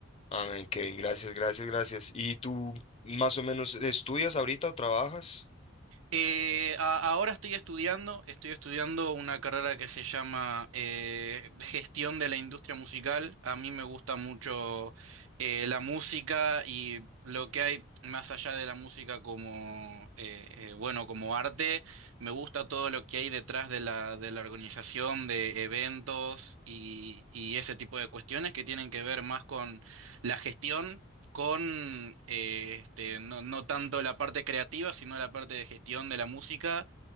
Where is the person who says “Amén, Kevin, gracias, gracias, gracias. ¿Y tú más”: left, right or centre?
Left